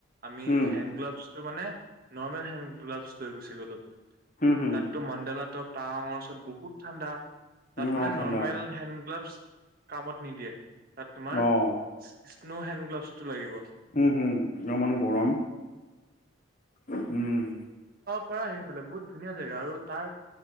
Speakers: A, on the right (about 45°); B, on the left (about 40°).
A: আমি
B: উম,
A: হেণ্ড গ্লাভছ টো মানে নৰ্মেল হেণ্ড গ্লাভছ লৈ গুচি গ'লো।
B: হুম, হুম,
A: তাতটো মাণ্ডলাতটো টাৱাঙৰ ওচৰত বহুত ঠাণ্ডা। তাত
B: উম,
A: মানে
B: অ', ঠাণ্ডা
A: নৰ্মেল হেণ্ড গ্লাভছ কামত নিদিয়ে! তাত তোমাৰ
B: অ',
A: স্ন' হেণ্ড গ্লাভছটো লাগিব।
B: উম, উম, <unintelligible> গৰম উম, উম।
A: পৰা সেইফালে বহুত ধুনীয়া জেগা আৰু তাৰ